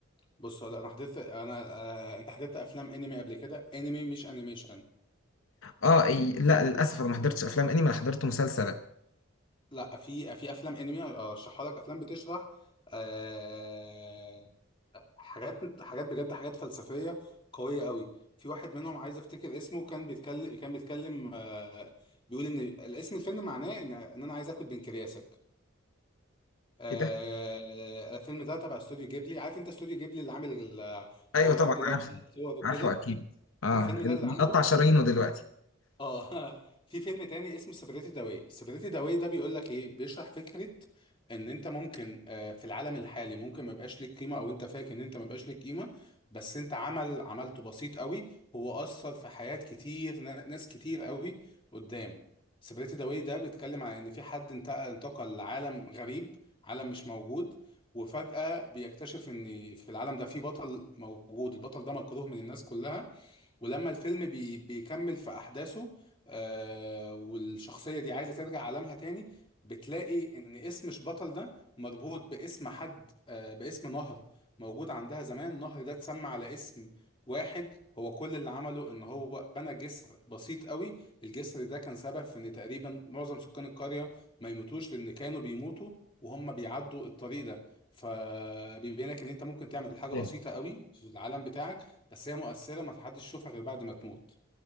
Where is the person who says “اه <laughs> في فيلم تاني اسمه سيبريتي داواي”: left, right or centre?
Left